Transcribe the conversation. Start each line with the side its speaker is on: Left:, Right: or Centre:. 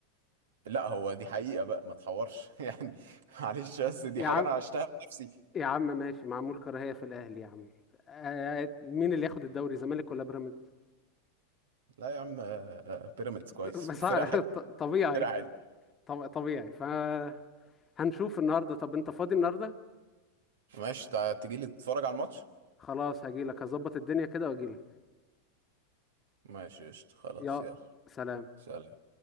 Right: لا هو دي حقيقه بقى ما تحورش <laughs> يعني معلش بس دي
Left: <laughs> يا
Right: حاجه
Left: عم
Right: انا عشتها بنفسي
Left: يا عم ماشي معمول كراهيه في الاهلي يا عم آه، مين اللي ياخد الدوري زمالك ولا بيراميدز
Right: لا يا عم آه، آه، بيراميدز كويس
Left: <laughs> بس
Right: فرقة
Left: ع-
Right: حلوة
Left: ط- طبيعي
Right: فرقة حلوة
Left: طب- طبيعي فهنشوف النهارده طب انت فاضي النهارده
Right: ماشي تع- تجيلي تتفرج على الماتش
Left: خلاص هجيلك هظبط الدنيا كده واجيلك
Right: ماشي قشطة خلاص
Left: يا
Right: يلا
Left: سلام
Right: سلام